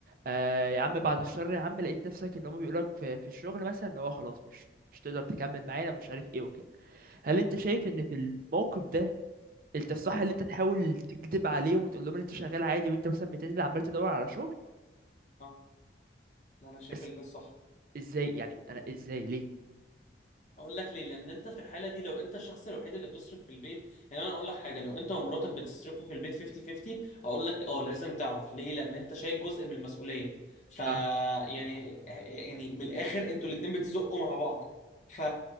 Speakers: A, on the right; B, on the left.
A: آه يا عم بعد الشر يا عم لقيت نفسك ان هم بيقولك في, في الشغل مثلا ان هو خلاص مش مش تقدر تكمل معانا مش عارف ايه وكده هل انت شايف ان في الموقف ده انت الصح ان انت تحاول تكذب عليهم وتقول لهم ان انت شغال عادي وانت مثلا بتنزل عمال تدور على شغل
B: اه لا انا شايف
A: بس
B: ان ده الصح
A: ازاي يعني انا ازاي ليه
B: هقول لك ليه لان انت في الحاله دي لو انت الشخص الوحيد اللي بتصرف في البيت يعني انا اقول لك حاجه لو انت ومراتك بتصرفوا في البيت 50 50 اقول لك اه لازم تعرف ليه لان انت شايل جزء من المسؤوليه ف يعني
A: اه
B: يعني من الاخر انتوا الاتنين بتزقوا مع بعض ف